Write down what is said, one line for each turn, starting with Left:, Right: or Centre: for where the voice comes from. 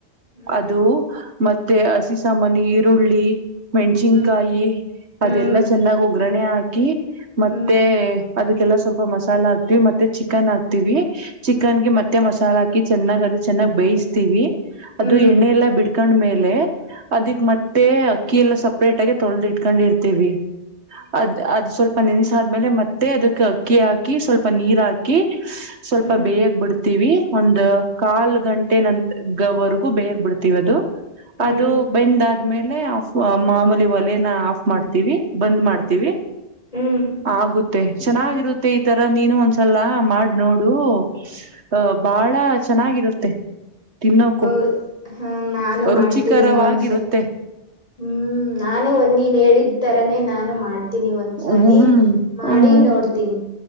Left: ಹ್ಮ್
Right: ಅದು. ಮತ್ತೆ ಹಸಿ ಸಾಮಾನಿ ಈರುಳ್ಳಿ, ಮೆಣಸಿನ್ಕಾಯಿ
Left: ಹ್ಮ್ ಹ್ಮ್
Right: ಅದೆಲ್ಲಾ ಚೆನ್ನಾಗಿ ಒಗ್ಗರಣೆ ಹಾಕಿ ಮತ್ತೆ,
Left: ಹ್ಮ್
Right: ಅದಕ್ಕೆಲ್ಲಾ ಸ್ವಲ್ಪ ಮಸಾಲ ಹಾಕ್ತಿವಿ ಮತ್ತೆ ಚಿಕನ್ ಹಾಕ್ತಿವಿ ಚಿಕನ್
Left: ಹ್ಮ್ ಹ್ಮ್
Right: ಗೆ ಮತ್ತೆ ಮಸಾಲ -ಹ- ಚನ್ನ ಅದು ಚೆನ್ನಾಗ್ ಬಯಸ್ತೀವಿ ಅದು
Left: ಹ್ಮ್
Right: ಎಣ್ಣೆ ಎಲ್ಲಾ -ಬಿ- ಇಟ್ಕೊಂಡ್ಮೇಲೆ ಅದಿ ಮತ್ತೆ ಅಕ್ಕಿ ಎಲ್ಲ ಸಪ್ರೇಟ್ ಆಗಿ ತೊಳೆದುಕೂಂಡು ಇಟ್ಕೊಂಡ ಇರ್ತೀವಿ. ಅದ್ ಅದು ಸ್ವಲ್ಪ, ಸ್ವಲ್ಪ ನೆಸ ಆದ್ಮೇಲೆ ಮತ್ತೆ ಅದಕ್ಕೆ ಅಕ್ಕಿ ಹಾಕಿ ಸ್ವಲ್ಪ ನೀರ್ ಹಾಕಿ. ಸ್ವಲ್ಪ
Left: ಹ್ಮ್
Right: ಬೇಯಕ್ ಬಿಡ್ತೀವಿ ಒಂದ ಕಾಲ್ ಗಂಟೆ ನಂತವರೆಗೂ ಬೇಯಕ್ ಬಿಡ್ತೀವಿ ಅದು.
Left: ಹ್ಮ್
Right: ಅದು ಬೆಂದ ಗಾ ಆದ್ಮೇಲೆ ಆಫ್ ಮಾಮೂಲಿ ಒಲೆನ ಆಫ್ ಮಾಡ್ತೀವಿ ಬಂದ್ ಮಾಡ್ತೀವಿ
Left: ಹ್ಮ್
Right: ಆಗುತ್ತೆ ಚೆನ್ನಾಗಿರುತ್ತೆ ಈ ತರ ನೀನು ಒಂದ್ಸಲ ಮಾಡಿ ನೋಡು ಅಹ ಬಾಳ ಚೆನ್ನಾಗಿರುತ್ತೆ ತಿನ್ನೋಕು
Left: ಹೌ ಹ ನಾನು ಮಾಡ್ತೀನಿ
Right: ರುಚಿಕರವಾಗಿರುತ್ತೆ
Left: ಒಂದ್ಸರಿ ಹ್ಮ್ ನಾನು ಒಂದ ನೀನ್ ಹೇಳಿದ ತರಾನೇ ನಾನು ಮಾಡ್ ತನಿ ಒಂದ್ಸಾರಿ
Right: ಹ್ಮ್
Left: ಮಾಡಿ
Right: ಹ್ಮ್
Left: ನೋಡ್ತೀನಿ